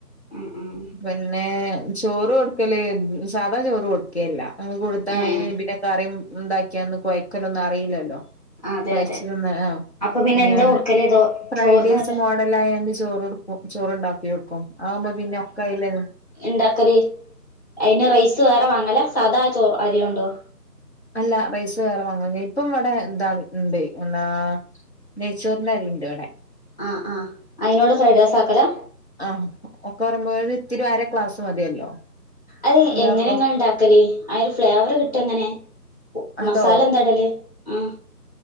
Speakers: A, on the left (about 25°); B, on the left (about 40°).
A: ഉം ഉം
B: പിന്നെ ചോറ് കൊടുക്കല് സാധാ ചോറ് കൊടുകേല്ല അത് കൊടുത്താ
A: ഏഹ്
B: അതിന് പിന്നെ കറിയും ഉണ്ടാക്കിയാന്ന് കൊയ്ക്കല ഒന്നും അറിയില്ലല്ലോ
A: അതെ
B: പൈച്ചിരുന്ന
A: അതെ
B: ആഹ
A: അപ്പൊ പിന്നെ
B: അ
A: എന്താ
B: ഞാൻ
A: കൊടുക്കല് ദോ
B: ഫ്രൈഡേസ്
A: ചോറിനൊക്കെ
B: മോഡലയണ്ട് ചോറുടുക്കും ചോറണ്ടാക്കി കൊടുക്കും ആവുമ്പ പിന്നെ അയിലന്നെ
A: ഉണ്ടാകല്ല് അയിന് റൈസ് വേറെ വാങ്ങല്ല സാധാ ചോർ അരി ഉണ്ടോ
B: അല്ല റൈസ് വേറെ വാങ്ങ ഇപ്പം ഇവിടെ എന്താണ് ഉണ്ട് എന്താ നെയ്‌ച്ചോറിന്റെ അരിയുണ്ട് അവിടെ
A: ആഹ ആഹ് അതിനോട് ഫ്രൈഡ് റൈസ് ആക്കലാ
B: ആ ഒക്കെ പറയുമ്പോഴ ഇത്തിരി ആരാ ക്ലാസ് മതിയല്ലോ
A: അതെ
B: ഒരാക്കും
A: എങ്ങനെങ്ങാ ഉണ്ടാക്കലേ അ ഒരു ഫ്ലേവർ കിട്ടും എങ്ങനെ മസാല
B: അതോ
A: എന്താ ഇടല് ആഹ